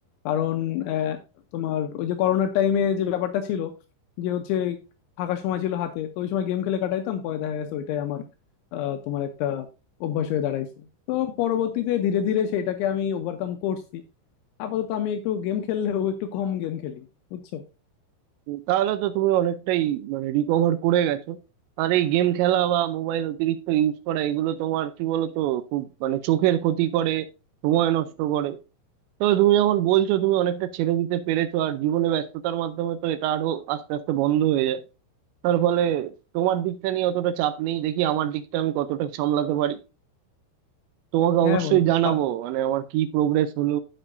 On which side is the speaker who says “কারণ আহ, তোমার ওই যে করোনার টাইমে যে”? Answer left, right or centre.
Left